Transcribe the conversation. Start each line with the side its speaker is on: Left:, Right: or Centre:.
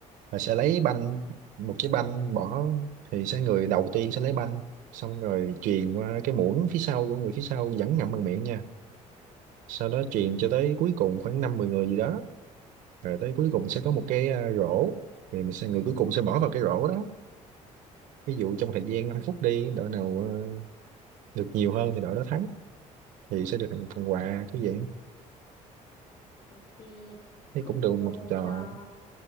Right: và
Left: ừ
Right: sẽ lấy banh
Left: ừ
Right: một cái banh bỏ thì sẽ người đầu tiên sẽ lấy banh xong rồi truyền qua cái muỗng phía sau của người phía sau vẫn ngậm bằng miệng nha sau đó truyền cho tới cuối cùng khoảng năm mười người gì đó rồi tới cuối cùng sẽ có
Left: ừ
Right: một cái à, rổ thì mình sẽ người cuối cùng sẽ bỏ vào cái rổ đó ví dụ trong thời gian
Left: ừ
Right: 5 phút đi đội nào ờ, được nhiều hơn thì đội đó thắng thì sẽ được phần phần quà cứ vậy
Left: ok
Right: thấy
Left: cũng
Right: cũng được
Left: được
Right: một
Left: một
Right: trò
Left: trò